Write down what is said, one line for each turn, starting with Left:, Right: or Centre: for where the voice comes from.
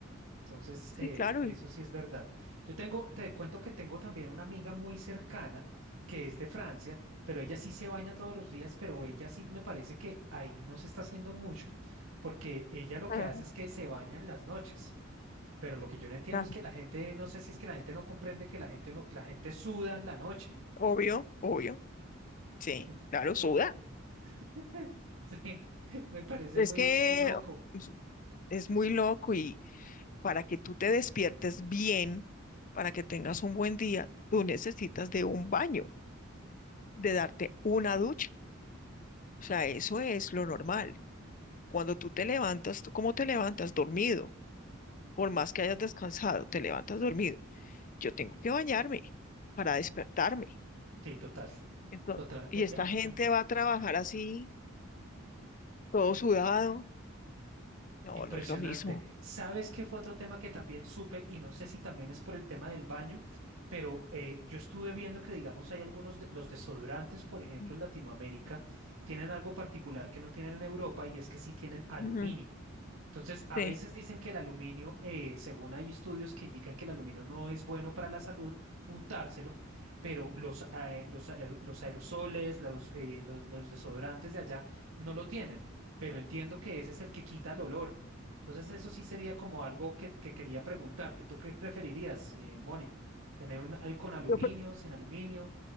Right: Entonces,
Left: Sí,
Right: eh,
Left: claro.
Right: eso
Left: y-
Right: sí es verdad. Yo tengo, te cuento que tengo también una amiga muy cercana que es de Francia, pero ella sí se baña todos los días, pero ella sí me parece que ahí no se está haciendo mucho, porque ella lo
Left: Ah,
Right: que hace es que se baña en las noches. Pero lo que yo no entiendo
Left: claro.
Right: es que la gente, no sé si es que la gente no comprende que la gente no, la gente suda en la noche.
Left: Obvio, obvio. Sí,
Right: En-
Left: claro, suda.
Right: en- <laughs> Sí, me parece
Left: Es
Right: muy,
Left: que
Right: muy loco.
Left: es es muy loco y para que tú te despiertes bien, para que tengas un buen día, tú necesitas de un baño, de darte una ducha. O sea, eso es lo normal. Cuando tú te levantas, ¿tú cómo te levantas? Dormido. Por más que hayas descansado, te levantas dormido. Yo tengo que bañarme para despertarme.
Right: Sí, total,
Left: Entonces,
Right: total,
Left: y
Right: eh,
Left: esta
Right: y am-
Left: gente
Right: am-
Left: va a trabajar así, todo sudado. No,
Right: impresionante.
Left: no es lo mismo.
Right: ¿Sabes qué fue otro tema que también supe? Y no sé si también es por el tema del baño, pero eh, yo estuve viendo que, digamos, hay algunos, de- los desodorantes, por ejemplo,
Left: Mm.
Right: en Latinoamérica, tienen algo particular que no tienen en Europa y es que sí tienen aluminio.
Left: Ujú,
Right: Entonces, a
Left: Sí.
Right: veces dicen que el aluminio, eh, según hay estudios que indican que el aluminio no es bueno para la salud untárselo, pero los, eh, los, aer- los aerosoles, los, eh, los, los desodorantes de allá no lo tienen, pero entiendo que ese es el que quita el olor. Entonces, eso sí sería como algo que, que quería preguntarte. ¿Tú qué preferirías, eh, Moni? ¿Tener un eh, con aluminio,
Left: Yo pre-
Right: sin aluminio?